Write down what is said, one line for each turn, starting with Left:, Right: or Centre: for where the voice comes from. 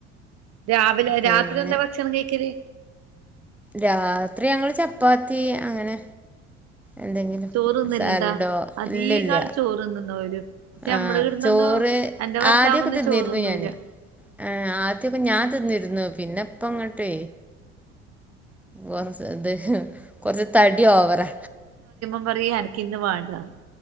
Right: രാവിലെ
Centre: പിന്നെ
Right: രാത്രി എന്താ ഭക്ഷണം കഴിക്കല്
Centre: രാത്രി ഞങ്ങള് ചപ്പാത്തി അങ്ങനെ എന്തെങ്കിലും
Right: ചോറ് തിന്നലുണ്ടാ
Centre: സാലഡോ
Right: അധിക
Centre: ഇല്ലില്ല
Right: ആള് ചോറ് തിന്നുന്നോല് പക്ഷെ
Centre: ആഹ്
Right: നമ്മള് ഇവിടുന്നൊന്നും
Centre: ചോറ്
Right: എന്റെ ഭർത്താവൊന്നും
Centre: ആദ്യൊക്കെ തിന്നിരുന്നു
Right: ചോറ് തിന്നൂല
Centre: ഞാന് ആഹ് ആദ്യൊക്കെ ഞാൻ തിന്നിരുന്നു പിന്നപ്പം ഇ ങ്ങട്ടേ കൊറച്ച് ഇത് കൊറച്ച് തടി ഓവറാ
Right: അപ്പ പറയൂ എനിക്കിന്ന് വേണ്ടാ